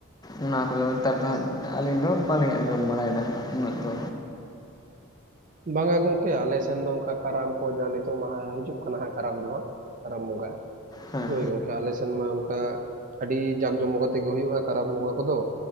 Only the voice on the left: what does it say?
ᱚᱱᱟ ᱠᱚᱫᱚ ᱱᱮᱛᱟᱨ ᱫᱚ ᱦᱟᱸᱜ ᱟᱹᱞᱤᱧ ᱫᱚ ᱵᱟᱹᱞᱤᱧ ᱟᱸᱡᱚᱢ ᱵᱟᱲᱟᱭ ᱫᱟ ᱦᱟᱸᱜ ᱩᱱᱟᱹᱜ ᱫᱚ
ᱦᱮᱸ